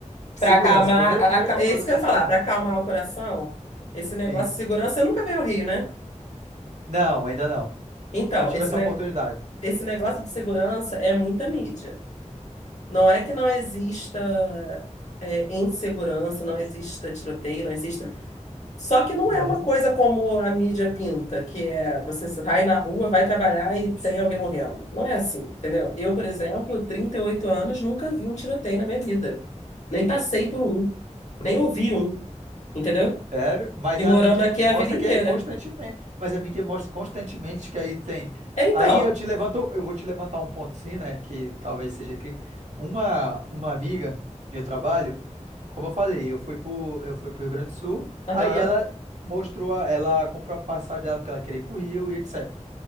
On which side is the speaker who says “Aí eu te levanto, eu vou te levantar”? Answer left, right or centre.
Right